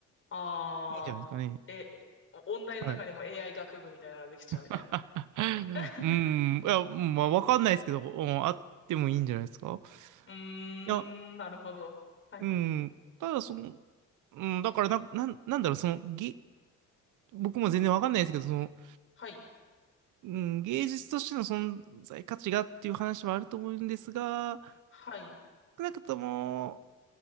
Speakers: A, on the left (about 40°); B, on the right (about 80°).
A: ああ、
B: いいんじゃないですかね。
A: え、お音大の中にも
B: はい。
A: AI 学部みたいなのができちゃうみたいな。
B: <laughs>
A: <laughs>
B: うん、いや、うんまあ、わかんないですけど、うん、あってもいいんじゃないですか。い
A: うーん、
B: や、
A: なるほど。はい。
B: うん、ただその、うん、だからな、なん、なんだろう、その、げ、僕も全然わかんないですけど、その、
A: はい。
B: うん、芸術としての存在価値がっていう話はあると思うんですが、
A: はい。
B: 少なくとも、